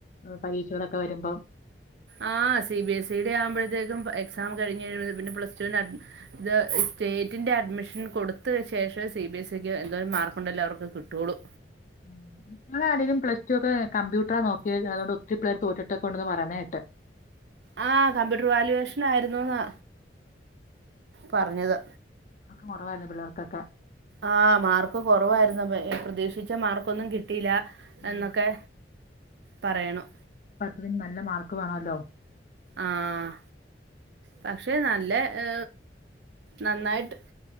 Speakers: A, on the left (about 45°); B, on the right (about 65°).
A: പരീക്ഷകളൊക്കെ വരുമ്പം
B: ആ സി ബിഎസ് ഇയുടെ ആവുമ്പോഴത്തേക്കും എക്സാം കഴിഞ്ഞു കഴിയുമ്പോൾ പ്ലസ് ടുവിന് അഡ് ഇത് സ്റ്റേറ്റിൻ്റെ അഡ്മിഷൻ കൊടുത്ത ശേഷം സി ബി എസ് ഇക്ക് എന്തോരം മാർ കൊണ്ടല്ല അവർക്ക് കിട്ടുള്ളൂ
A: ഉം ഞങ്ങളാണെലും പ്ലസ്ടു ഒക്കെ കമ്പ്യൂട്ടറാ നോക്കി അതുകൊണ്ട് ഒത്തിരിപേര് തോറ്റിട്ടൊക്കെണ്ടന്ന് പറയുന്നത് കേട്ടെ
B: ആ കമ്പ്യൂട്ടർ വാല്യൂവേഷൻ ആയിരുന്നുന്ന് പറഞ്ഞത്
A: കൊറവായിരുന്നു പിള്ളേർക്കൊക്കെ
B: ആ മാർക്ക് കുറവായിരുന്നു. പ്രതീക്ഷിച്ച മാർക്കൊന്നും കിട്ടിയില്ല.
A: ഉം
B: എന്നൊക്കെ പറയണു.
A: തിന് നല്ല മാർക്ക് വേണല്ലോ.
B: ആഹ് പക്ഷെ നല്ല ഏ നന്നായിട്ട്